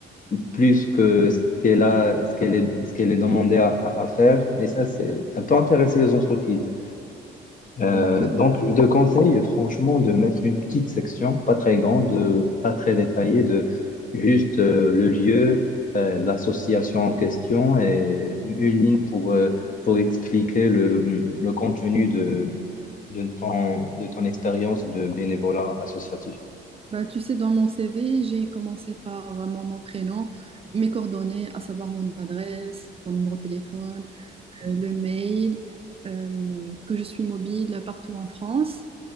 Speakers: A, on the left; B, on the right.
A: plus que ce qu'elle a, ce qu'elle est, ce qu'elle est demandée à, à- à faire. Et ça, c'est, ça peut intéresser les entreprises. Euh,
B: Donc, euh,
A: donc, je te conseille franchement de mettre une petite section, pas très grande, euh, pas très détaillée, de juste euh, le lieu, euh, l'association en question et une ligne pour, euh, pour expliquer le, le contenu de, de ton, de ton expérience de bénévolat associatif.
B: bah, tu sais, dans mon CV, j'ai commencé par euh, mon nom, prénom, mes coordonnées, à savoir mon adresse, mon numéro de téléphone, euh, le mail, euh, que je suis mobile partout en France